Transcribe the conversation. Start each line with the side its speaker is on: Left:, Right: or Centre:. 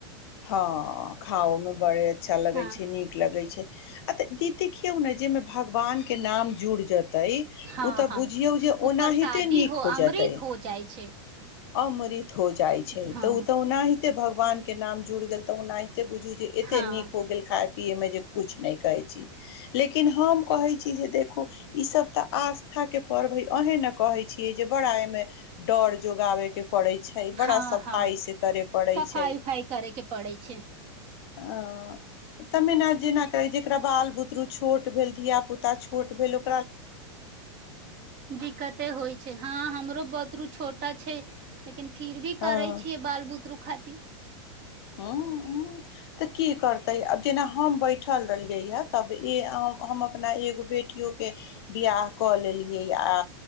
Left: हाँ खाओ मे बड़े अच्छा लगै
Right: हँ
Left: छै नीक लगै छै आ तऽ ई देखियौ ने जाहि मे भगवान के नाम जुड़ जत ओ
Right: हँ
Left: तऽ
Right: हँ
Left: बुझियौ जे
Right: ओ
Left: ओनाहि
Right: परसादी
Left: ते नीक हो
Right: अमृत
Left: जेतै
Right: हो जाइ छै
Left: अमृत। हो जाई छै ऊ
Right: हँ
Left: तऽ ओ ओनाहिते भऽ वान के नाम जुड़ गेल तऽ ओनाहि एते बुझू जे एते
Right: हँ
Left: नीक हो गेल खाय पिय मे जे कुछ नहि कहै छी लेकिन हम कहै छी जे देखू ई सभ तऽ आस्था के पर्व हे अहे ने कहै छी छियै जे बड़ा एहि मे डोर जोगाबै के पड़ै छै बड़ा
Right: हँ
Left: सफाई
Right: हँ
Left: सँ करे पड़ै
Right: सफाई
Left: छै।
Right: उफाई करे के पड़ै छै
Left: हा तऽ मे जेना करै जेकरा बाल बुदरू छोट भेल धिया पुता अऽ छोट भेलो
Right: दिक्कते होइ छै हँ हमरो बतरु छोटा छै लेकिन फिर भी
Left: हँ
Right: करे छियै बाल बुतरुक खातिर
Left: ह तऽ की करतै आब जेना हम बैठल रहलियै हए तब ए हम अपना एगो बेटियो के बियाह कऽ लेली आ